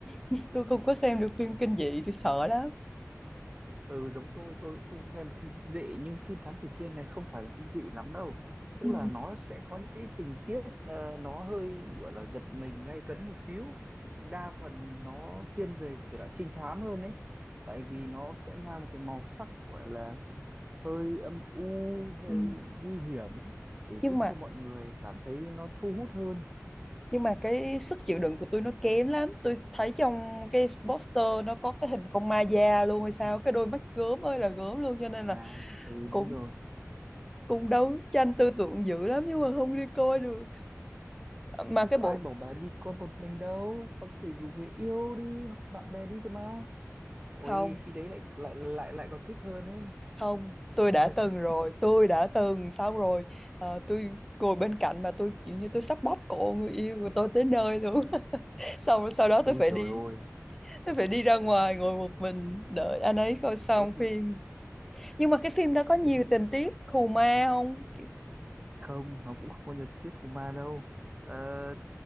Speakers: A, in the centre; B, on the right.
A: <laughs> Tôi không có xem được phim kinh dị, tôi sợ lắm.
B: Ừ giống tôi tôi cũng không xem được kinh dị nhưng phim Thám Tử Kiên này không phải là kinh dị lắm đâu tức
A: ừ,
B: là nó sẽ có những cái tình tiết ờ, nó hơi gọi là giật mình gay cấn một xíu đa phần nó thiên về thể loại trinh thám hơn đấy tại vì nó sẽ mang một cái màu sắc gọi là hơi âm u hơi
A: ừ,
B: nguy hiểm để giúp
A: Nhưng mà
B: cho mọi người cảm thấy nó thu hút hơn
A: nhưng mà cái sức chịu đựng của tôi nó kém lắm tôi thấy trong cái poster nó có cái hình con ma da luôn hay
B: <laughs>
A: sao cái đôi mắt gớm ơi là gớm luôn cho nên
B: à
A: là
B: ừ đúng
A: cũng
B: rồi
A: cũng đấu tranh tư tưởng dữ lắm nhưng mà không đi coi được mà
B: thế thì
A: cái
B: có
A: bộ
B: ai bảo bà đi con một mình đâu bà có thể rủ người yêu đi hoặc bạn bè đi cơ mà ôi
A: không
B: khi đấy lại lại lại lại còn thích hơn ấy <laughs>
A: không tôi đã
B: À,
A: từng
B: c-
A: rồi tôi đã từng xong rồi ờ, tôi ngồi bên cạnh mà tôi kiểu như tôi sắp bóp cổ người yêu của tôi tới nơi luôn <laughs> xong rồi sau đó
B: ôi
A: tôi phải
B: trời
A: đi
B: ơi
A: tôi phải đi ra ngoài ngồi một mình đợi anh ấy coi xong
B: thế thì
A: phim nhưng mà cái phim đó có nhiều
B: thế thì s-
A: tình tiết khù ma không Kiểu
B: không nó cũng không có nhiều tình tiết hùng ma đâu Ờ,